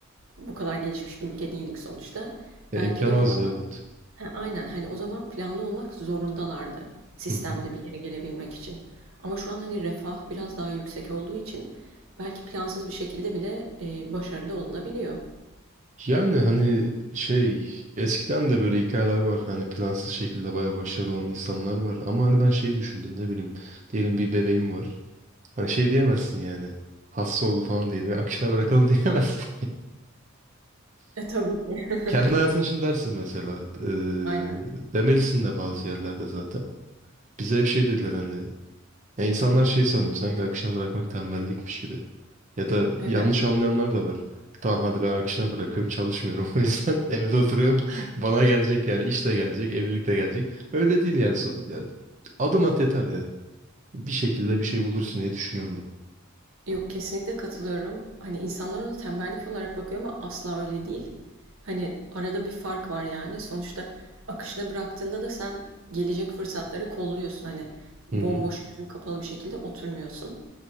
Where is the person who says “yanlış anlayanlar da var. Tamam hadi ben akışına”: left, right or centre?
Right